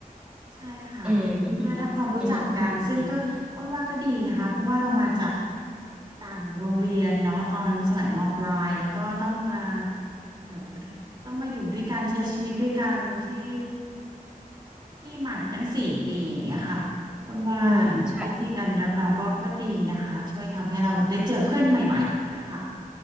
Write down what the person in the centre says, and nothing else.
อืมอืม
อืมอืมอืม
อืมใช่